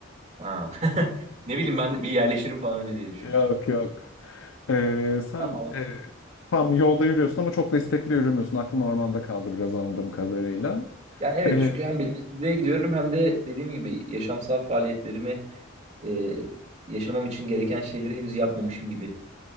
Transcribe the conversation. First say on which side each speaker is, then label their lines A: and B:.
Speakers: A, on the right (about 35°); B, on the left (about 70°).
A: Ha. <laughs> Ne bileyim ben bir yerleşirim falan önce diye düşünmüştüm.
B: Yok yok. E, sen
A: Tamam.
B: e, tam yolda yürüyorsun ama çok da istekli yürümüyorsun. Aklın ormanda kaldı biraz anladığım kadarıyla.
A: Yani evet
B: Ee,
A: çünkü hem belirsizliğe gidiyorum hem de dediğim gibi yaşamsal faaliyetlerimi e, yaşamam için gereken şeyleri henüz yapmamışım gibi